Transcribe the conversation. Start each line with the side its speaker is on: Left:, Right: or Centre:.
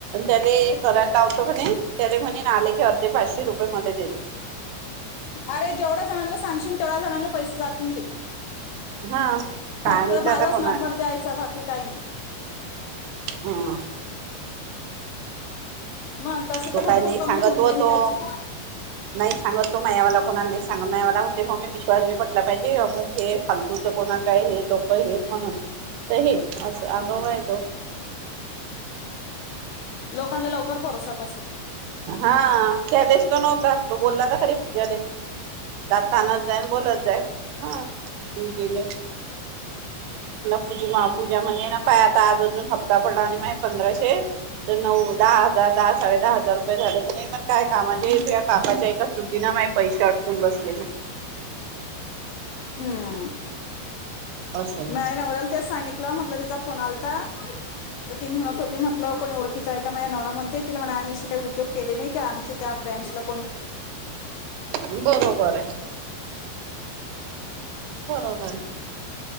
Right: त्याला करायला लावत म्हणे त्या म्हणे आले. अर्धे पाचशे रुपये मध्ये देल.
Left: अरेवढ्या जणांला सांगशील तेवढ्या जणला पैसे जातील ते.
Right: हा काय
Left: फक्त
Right: माहित
Left: माझाच
Right: आता कोणा
Left: नंबर द्यायचा भा काही नाही.
Right: हम.
Left: मग तसे
Right: तो
Left: तर भरपूर
Right: काय नाही
Left: कमाई
Right: सांगत
Left: होऊन
Right: हो
Left: जाईल
Right: तो
Left: त्याची
Right: नाही सांगत तो म या मला. कोणाला नाही सांग मला हो म मी विश्वास बी पटला पाहिजे अमुक हे खालत तर कोणा काय हे लोक हे म्हणून तर हे. असं
Left: हम्म
Right: आगाव आहे तो.
Left: लोकांना लवकर भरोसा बसत नाही.
Right: हा त्याटेस तरो नव्हता तो बोलला ना खरी पूजाने. दात तनात जाय बोलत जाय. हा पूजे पूज पूजा म्हण ना पाय आता आज अजून हप्ता पडला आणि पंधराशे तर नऊ दहा हजार दहा साडे दहा हजार झा नाही पण काय कामा कापाच्या एका चुकीना मा पैसे अटकून बसले.
Left: हम्म.
Right: असं
Left: मी नवराला त्याच सांगित. म्हट तिचा फोन आता तर ती म्हणत होती म्हटलं कोणी ओखीच आहे का नव म्हण त म्ह आम्ही असे काही उद्योग के नाही की आम त्या ब्रांच--ला
Right: ह बरोबर आहे. बरोबर.